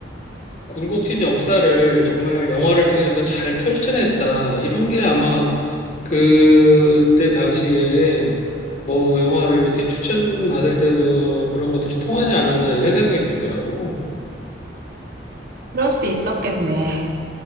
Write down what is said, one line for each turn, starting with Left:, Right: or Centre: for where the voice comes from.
Left: 굴곡진 역사를 정말 영화를 통해서 잘 펼쳐냈다. 이런 게 아마 그때 당시에 뭐 영화를 이렇게 추천받을 때도 그런 것들이 통하지 않았나 이런 생각이 들더라고.
Right: 그럴 수 있었겠네.